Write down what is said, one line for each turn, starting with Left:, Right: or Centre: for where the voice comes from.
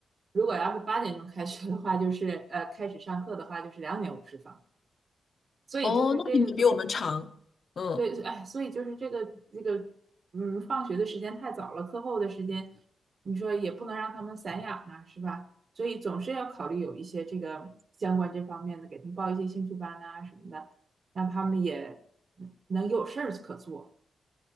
Right: 如果要是八点钟开学的话，就是呃开始上课的话，就是两点五十放。所以就是这个，
Left: 哦，那你们比我们长。嗯，
Right: 对，哎，所以就是这个这个，嗯，放学的时间太早了，课后的时间，你说也不能让他们散养啊，是吧？所以总是要考虑有一些这个相关这方面的，给他们报一些兴趣班啊什么的，让他们也能有事儿可做。